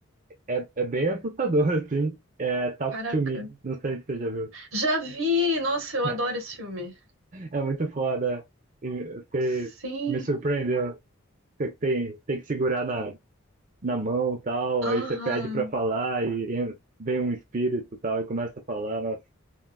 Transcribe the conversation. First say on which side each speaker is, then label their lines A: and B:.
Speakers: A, on the right; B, on the right.
A: é, é bem assustador, <laughs> assim. É Talk
B: Caraca.
A: to Me, não sei se você já viu.
B: Já vi! Nossa, eu
A: <laughs>
B: adoro esse filme.
A: É muito foda. E eu fiquei-
B: Sim.
A: me surpreendeu. Você tem, tem que segurar na, na mão e tal, aí
B: Aham.
A: você pede pra falar e en- vem um espírito e tal e começa a falar, nossa.